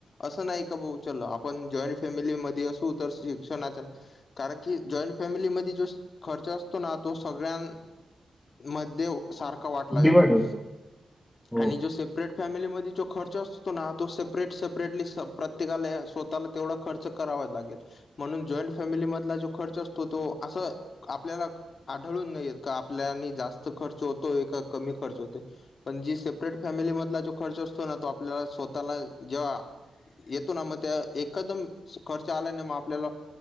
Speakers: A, on the left; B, in the centre.
A: असं नाही का, भाऊ चल आपण जॉईंट फॅमिलीमध्ये असू तर शिक्षणाच्या कारण की, जॉईंट फॅमिलीमध्ये जो खर्च असतो ना, तो सगळ्या मध्ये सारखा वाटला
B: डिवाइड
A: जातो
B: होतो हो
A: आणि जो सेपरेट फॅमिलीमध्ये जो खर्च असतो ना, तो सेपरेट, सेपरेटली प्रत्येकाला स्वतःला तेवढा खर्च करावा लागेल, म्हणून जॉईंट फॅमिली मधला जो खर्च असतो तो असं आपल्याला आढळून नाहीे येत का, आपल्या जास्त खर्च होतोय का कमी खर्च होतोय, पण जी सेपरेट फॅमिली मधला जो खर्च असतो ना, तो आपल्याला स्वतःला जेव्हा येतो ना, मग त्या एखदम खर्च आला नाही मग, आपल्याला